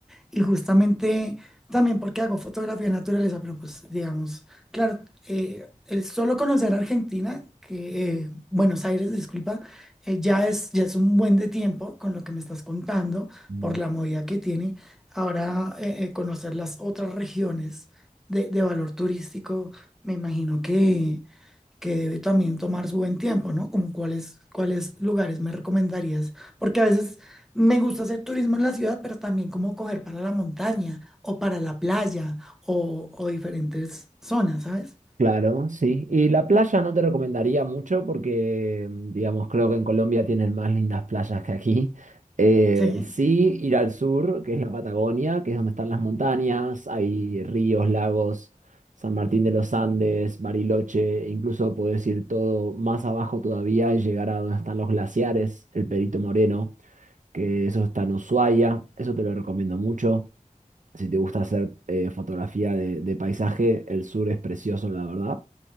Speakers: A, in the centre; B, on the right.
A: y justamente también porque hago fotografía de naturaleza, pero pues digamos, claro, eh, el solo conocer Argentina, que eh, Buenos Aires, disculpa, eh, ya es, ya es un buen de tiempo con lo que me estás contando,
B: Ujú.
A: por la movida que tiene. Ahora eh, eh, conocer las otras regiones de, de valor turístico, me imagino que que debe también tomar su buen tiempo, ¿no? Como cuáles, cuáles lugares me recomendarías, porque a veces me gusta hacer turismo en la ciudad, pero también como coger para la montaña o para la playa o, o diferentes zonas, ¿sabes?
B: Claro, sí. Y la playa no te recomendaría mucho porque, mm, digamos, creo que en Colombia tienen más lindas playas que aquí. Eh,
A: Sí,
B: sí, ir al sur, que es la Patagonia, que es donde están las montañas, hay ríos, lagos, San Martín de los Andes, Bariloche, e incluso podés ir todo más abajo todavía y llegar a donde están los glaciares, el Perito Moreno, que eso está en Ushuaia, eso te lo recomiendo mucho. Si te gusta hacer eh, fotografía de de paisaje, el sur es precioso, la verdad.